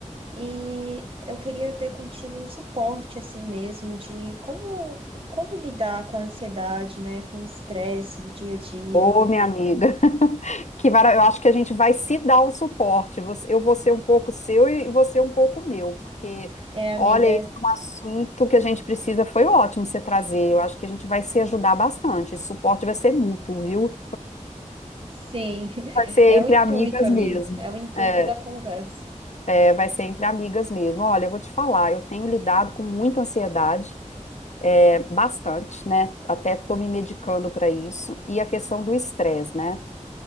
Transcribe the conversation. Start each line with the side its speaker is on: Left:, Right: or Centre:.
Right: E eu queria ver contigo um suporte, assim mesmo, de como, como lidar com a ansiedade, né? Com o estresse do dia a dia.
Left: Ô, minha amiga, <laughs> que mara... eu acho que a gente vai se dar o suporte. Você- Eu vou ser um pouco seu e você um pouco meu, porque
Right: É, amiga,
Left: olha, esse é um assunto que a gente precisa. Foi ótimo você trazer. Eu acho que a gente vai se ajudar bastante. Esse suporte vai ser mútuo, viu?
Right: sim, <laughs>
Left: Vai ser
Right: é
Left: entre
Right: o intuito,
Left: amigas
Right: amiga,
Left: mesmo.
Right: é o intuito
Left: É,
Right: da conversa.
Left: é, vai ser entre amigas mesmo. Olha, eu vou te falar, eu tenho lidado com muita ansiedade, é, bastante, né? Até tô me medicando para isso. E a questão do estresse, né?